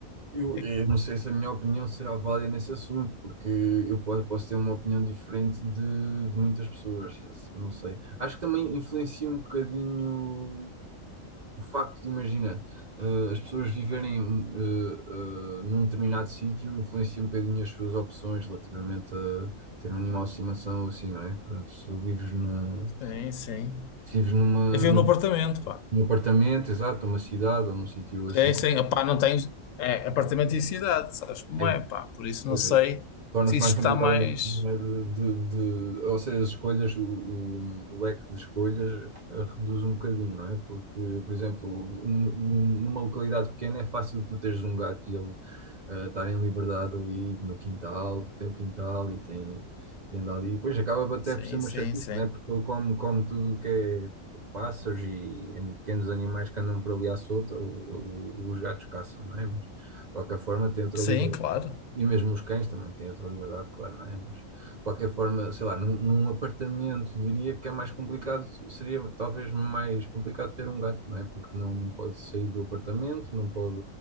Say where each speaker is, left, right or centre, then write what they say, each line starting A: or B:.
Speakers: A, on the right; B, on the left.
A: eu,
B: O que
A: eu
B: é que-
A: não sei se a minha opinião será válida nesse assunto, porque eu posso, posso ter uma opinião diferente de, de muitas pessoas, não sei. Acho que também influencia um bocadinho o facto de, imagina, eh, as pessoas viverem eh, eh, num determinado sítio, influencia um bocadinho as suas opções relativamente a ter um animal de estimação ou assim, não é? Portanto, se tu vives num
B: sim, sim,
A: Se Vives numa,
B: eu vivo
A: num,
B: no apartamento, pá.
A: num apartamento, exato, numa cidade ou num sítio assim.
B: Sim,
A: com-
B: sim, opá, não tens. É é apartamento e cidade, sabes como
A: Aí,
B: é, pá? Por isso
A: pois
B: não sei
A: aí. Torna-se
B: se isso
A: mais complicado
B: está mais.
A: às é, de, de, de- ou seja, as escolhas, o, o- o leque de escolhas eh, reduz um bocadinho, não é? Porque, por exemplo, nu- nu- numa localidade pequena é fácil tu teres um gato e ele eh, estar em liberdade ali no quintal, porque tem o quintal e tem e anda ali. Pois acaba até
B: Sim,
A: por ser uma
B: sim,
A: chatice,
B: sim.
A: não é? Porque ele come, come tudo o que é pássaros e an- pequenos animais que andam por ali à solta, o- o- os gatos caçam, não é? Mas de qualquer forma tem outra
B: Sim,
A: liberdade.
B: claro.
A: E mesmo os cães também têm outra liberdade, claro, não é? Mas de qualquer forma, sei lá, num, num apartamento diria que é mais complicado, seria talvez mais complicado ter um gato, não é? Porque não, não pode sair do apartamento, não pode,